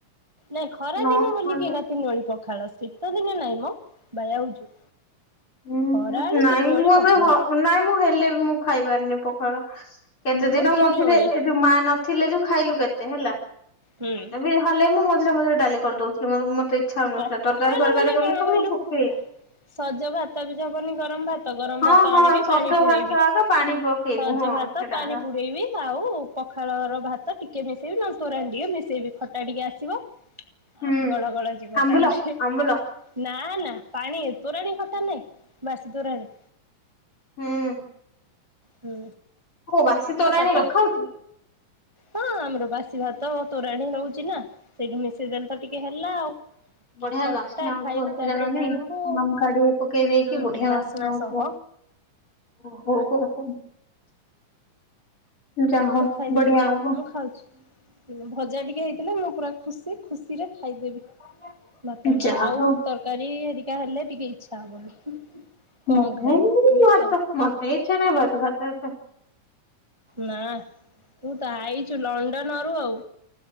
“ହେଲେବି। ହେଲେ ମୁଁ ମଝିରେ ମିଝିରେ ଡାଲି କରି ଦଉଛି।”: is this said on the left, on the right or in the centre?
Left